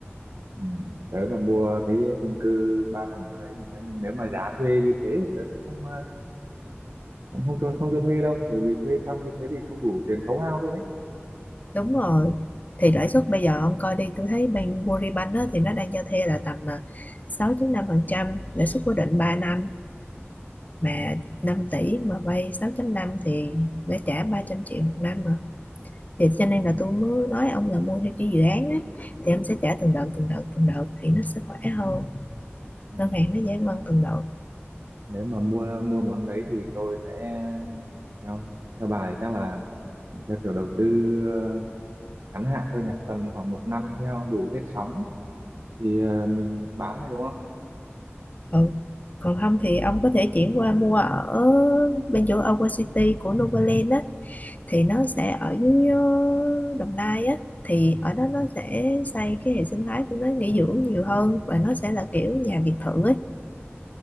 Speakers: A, on the right; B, on the left.
A: Ừ. Tớ mà mua cái chung cư ba phòng ngủ đấy mấy- nếu mà giá thuê như thế thì tớ sẽ không ờ, không không cho không cho thuê đâu bởi vì thuê xong như thế thì không đủ tiền khấu hao luôn ấy.
B: đúng rồi thì lãi suất bây giờ ông coi đi tôi thấy bên Agribank á, thì nó đang cho thuê là tầm à, sáu phẩy năm phần trăm lãi suất cố định 3 năm mà
A: Ừ.
B: năm tỷ mà vay 6.5 thì đã trả 300 triệu một năm mà thì cho nên
A: Ừ.
B: là tôi mới nói ông là mua theo cái dự án á thì em sẽ trả từng đợt từng đợt từng đợt thì nó sẽ khỏe hơn
A: Ừ.
B: ngân hàng nó giải
A: Nếu
B: ngân từng đợt
A: nếu mà mua mua món đấy thì tôi sẽ theo theo bà thì chắc là theo kiểu đầu tư ờ, ngắn hạn thôi nhỉ tầm khoảng một năm theo đủ hết sóng thì ờ, mình bán này đúng không
B: ừ. còn không thì ông có thể chuyển qua mua ở bên chỗ Aqua City của Novaland á thì nó sẽ ở dưới ờ, Đồng Nai á thì ở đó nó sẽ xây cái hệ sinh thái của nó nghỉ dưỡng nhiều hơn và nó sẽ là kiểu nhà biệt thự ấy